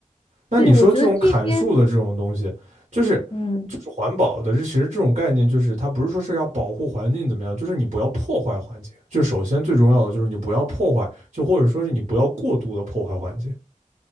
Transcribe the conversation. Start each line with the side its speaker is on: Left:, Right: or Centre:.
Right: 那你说这种砍树的这种东西，
Left: 对，我觉得这些，
Right: 就是
Left: 嗯，
Right: 就是环保的，这其实这种概念就是它不是说是要保护环境怎么样，就是你不要破坏环境，就首先最重要的就是你不要破坏，就或者说是你不要过度的破坏环境，